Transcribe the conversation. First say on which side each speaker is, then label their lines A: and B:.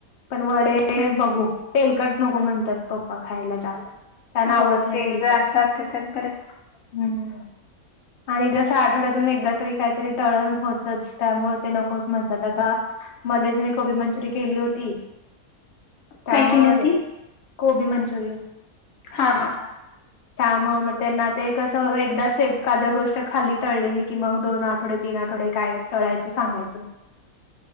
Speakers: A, on the left; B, on the left.
A: पण वडे वडे ते
B: हम्म
A: बघू तेलकट नको म्हणतात. पप्पा खायला जास्त त्यांना
B: हो
A: आवडत नाही
B: तेल
A: तेलकट
B: रान जात त्यात बरंच
A: हम्म. आणि जसं आठवड्यातून एकदा तरी काहीतरी तळण होतच त्यामुळे ते नकोच म्हणतात आता मध्येच मी कोबी मंचुरी केली होती. त्यामुळे
B: काय केली होती
A: कोबी मंचुरियन.
B: हा हा
A: त्यामुळे मग त्यांना ते कसं एकदाच एक एखाद्या गोष्ट खाली तळलेली की मग दोन आठवडे, तीन आठवडे काय तळायचं सांगायचं नाही.